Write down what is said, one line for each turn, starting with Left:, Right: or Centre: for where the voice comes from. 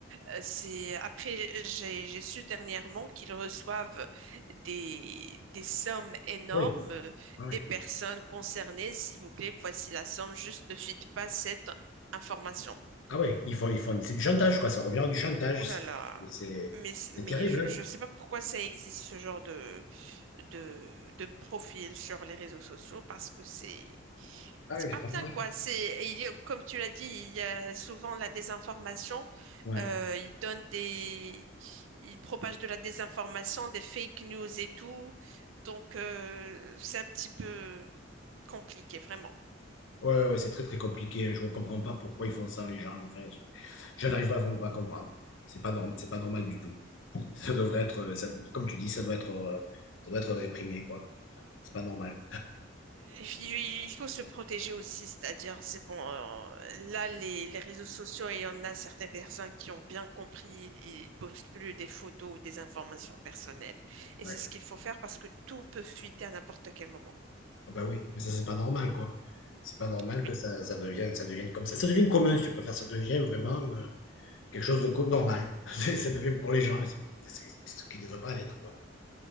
Right: Euh, c'est après j'ai j'ai su dernièrement qu'ils reçoivent des des sommes énormes
Left: Oui,
Right: euh,
Left: oui, Ah
Right: des
Left: oui.
Right: personnes concernées. S'il vous plaît, voici la somme. Juste ne fuite pas cette information.
Left: Ah oui, ils font, ils font, c'est du chantage, quoi. Ça revient à du chantage.
Right: Oh là
Left: C'est
Right: là.
Left: c'est-
Right: Mais,
Left: c'est
Right: mais
Left: terrible,
Right: je
Left: hein.
Right: ne sais pas pourquoi ça existe ce genre de, de, de profil sur les réseaux sociaux parce que c'est
Left: Ah
Right: c'est
Left: oui,
Right: pas
Left: c'est pas
Right: bien
Left: dangereux.
Right: quoi. C'est il y a- comme tu l'as dit, il y a souvent la désinformation.
Left: Ouais.
Right: Euh, ils donnent des ils propagent de la désinformation, des fake news et tout. Donc euh, c'est un petit peu compliqué vraiment.
Left: Ouais, ouais, ouais, c'est très, très compliqué. Je ne comprends pas pourquoi ils font ça, les gens. Enfin, je, je n'arrive pas vraiment pas à comprendre. C'est pas norm c'est pas normal du tout. <laughs> Ça devrait être, euh, ça- comme tu dis, ça doit être, euh, ça doit être réprimé, quoi. C'est pas normal.
Right: Et puis, il faut se protéger aussi, c'est-à-dire, c'est bon, euh, là, les, les réseaux sociaux, il y en a certaines personnes qui ont bien compris, ils postent plus des photos ou des informations personnelles. Et
Left: Ouais.
Right: c'est ce qu'il faut faire parce que tout peut fuiter à n'importe quel moment.
Left: Ah bah oui, mais ça, c'est pas normal, quoi. C'est pas normal
Right: Oui,
Left: que ça, ça devienne, ça devienne comme ça. Ça devient commun, si tu préfères. Ça devient vraiment euh, quelque chose de co- normal. <laughs> C'est- Ça devient pour les gens. C'est c'est- c'est ce qui ne devrait pas l'être, quoi.